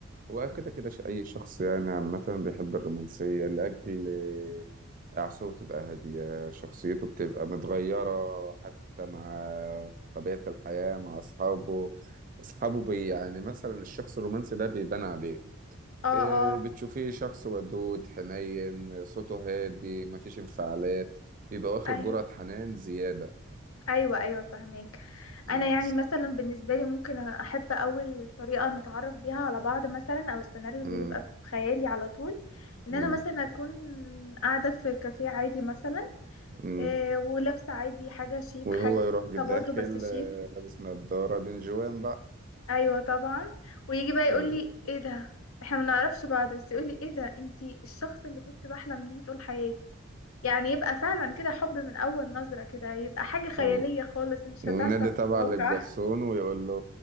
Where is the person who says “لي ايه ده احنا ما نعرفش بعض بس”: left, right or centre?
Left